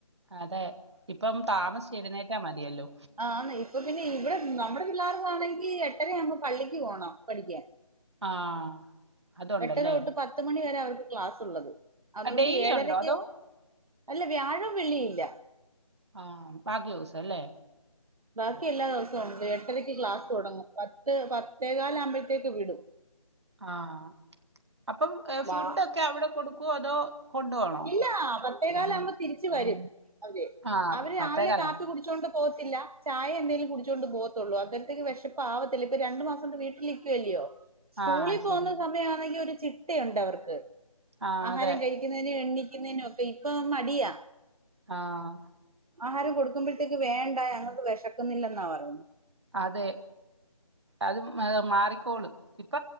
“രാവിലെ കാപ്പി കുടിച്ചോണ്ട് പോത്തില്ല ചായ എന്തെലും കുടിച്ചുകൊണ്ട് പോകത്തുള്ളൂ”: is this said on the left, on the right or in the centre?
Right